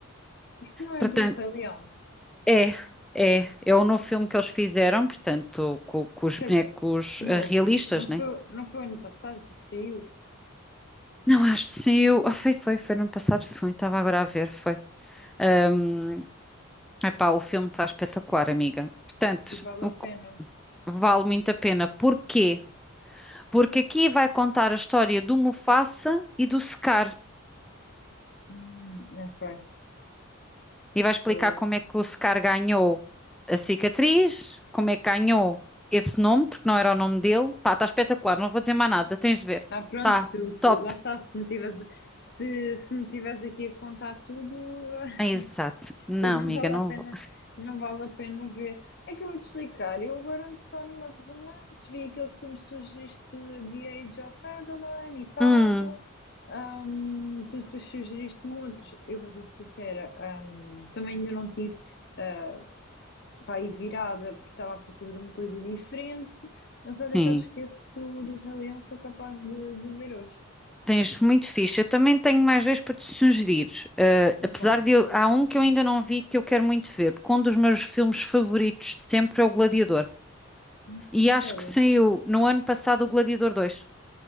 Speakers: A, on the left; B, in the centre.
A: Isso não é
B: Portanto,
A: do Rei Leão.
B: é... É, é o novo filme que eles fizeram, portanto, com, com os
A: Quer
B: bonecos
A: dizer, novo.
B: ah, realistas,
A: Não foi,
B: né?
A: não foi ano passado que saiu
B: Não, acho que saiu. Ah, foi, foi, foi no ano passado, foi. Estava agora a ver, foi. Ahm, epá, o filme está espetacular, amiga. Portanto,
A: e vale
B: o
A: a pena.
B: que vale muito a pena. Porquê? Porque aqui vai contar a história do Mufasa e do Scar.
A: Hum, ok,
B: E vai explicar
A: estou.
B: como é que o Scar ganhou a cicatriz, como é que ganhou esse nome, porque não era o nome dele. Pá, está espetacular, não vou dizer mais nada, tens de ver.
A: Ah, pronto,
B: Está
A: se, tu- se,
B: top.
A: lá está, se não tivesse, se, se me tivesse aqui a contar tudo, <laughs>
B: Exato. Não,
A: Pois não
B: amiga,
A: vale
B: não
A: a pena,
B: vou.
A: não vale a pena ver. É que eu vou-te explicar. Eu agora ando só numa de romances, vi aquele que tu me sugeriste do The Age of Adeline e tal.
B: Hum,
A: Ahm, tu depois sugeriste-me outros. Eu vou ser sincera, ahm, também ainda não tive para pá, aí virada, porque estava à procura de uma coisa diferente. Mas olha
B: sim.
A: que eu esqueço do, do Rei Leão, sou capaz de, de ver hoje.
B: Tens muito fixe. Eu também tenho mais dois para te sugerir. Eh,
A: Então,
B: apesar de eu, há um que eu ainda não vi que eu quero muito ver, porque um dos meus filmes favoritos de sempre é O Gladiador.
A: hum,
B: E
A: a sério.
B: acho que saiu no ano passado o Gladiador dois,